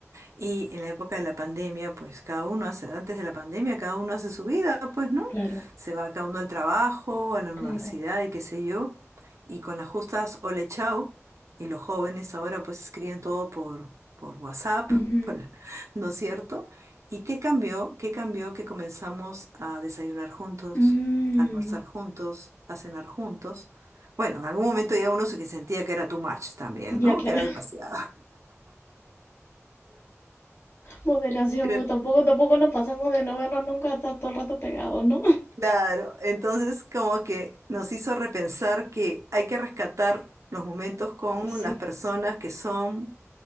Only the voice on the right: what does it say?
Y en la época de la pandemia, pues cada uno hace, antes de la pandemia, cada uno hace su vida, pues, ¿no?
Se va cada uno al trabajo, a la universidad
y qué sé yo. Y con las justas ole chao. Y los jóvenes ahora pues escriben todo por, por WhatsApp,
<laughs> por- ¿no es cierto? ¿Y qué cambió? ¿Qué cambió que comenzamos a desayunar juntos,
a almorzar juntos, a cenar juntos? Bueno, en algún momento ya uno se que sentía que era too much también,
¿no?
Que era demasiado.
<laughs>
Claro, entonces como que nos hizo repensar que hay que rescatar los momentos con
las personas que son,